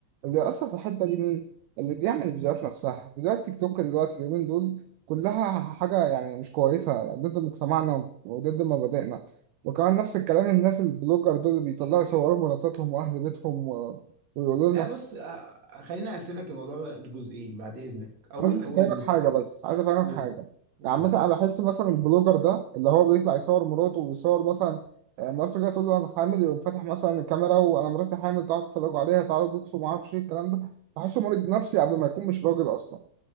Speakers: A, on the right; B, on the right.
A: اللي يأثر في الحته دي مين اللي بيعمل الفيديوهات نفسها فيديوهات تيك توك دلوقتي اليومين دول كلها حاجه يعني مش كويسه ضد مجتمعنا وضد مبادئنا وكمان نفس الكلام الناس البلوجر دول اللي بيطلعوا يصوروا مراتاتهم واهل بيتهم و- ويقولوا
B: لا
A: لنا
B: بص آه، خلينا اقسم لك الموضوع ده لجزئين بعد اذنك اول
A: عايز بس
B: اول
A: افهمك
B: جزء
A: حاجه بس عايز افهمك
B: قول
A: حاجه
B: قول
A: يعني مثلا انا بحس مثلا البلوجر ده اللي هو بيطلع يصور مراته ويصور مثلا آه، مراته جايه تقول له انا حامل يقوم فاتح مثلا الكاميرا وانا مراتي حامل تعالوا تتفرجوا عليها تعالوا بصوا ما اعرفش ايه الكلام ده بحسه مريض نفسي قبل ما يكون مش راجل اصلا